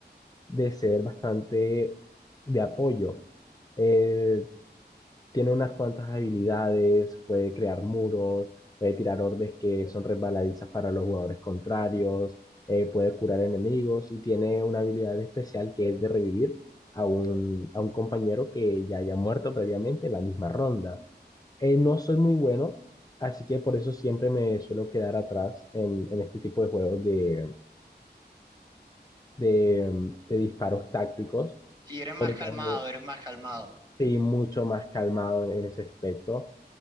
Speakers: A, on the left (about 20°); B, on the right (about 25°).
A: de ser bastante de apoyo. Eh, tiene unas cuantas habilidades, puede crear muros, puede tirar orbes que son resbaladizas para los jugadores contrarios, eh, puede curar enemigos y tiene una habilidad especial que es de revivir a un, a un compañero que ya haya muerto previamente en la misma ronda. Eh, no soy muy bueno, así que por eso siempre me suelo quedar atrás en, en este tipo de juegos de, de, mm, de disparos tácticos,
B: Si eres
A: sobre
B: más calmado,
A: todo de,
B: eres más calmado.
A: sí, mucho más calmado en, en ese aspecto.